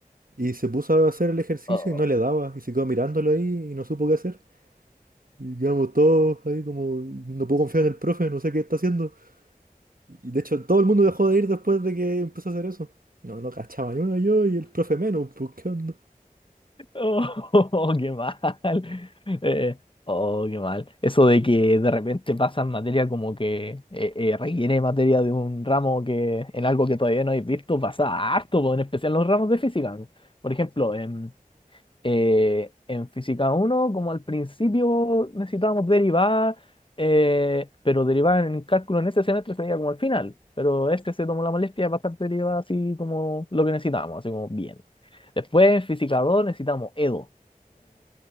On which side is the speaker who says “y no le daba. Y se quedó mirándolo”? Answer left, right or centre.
Right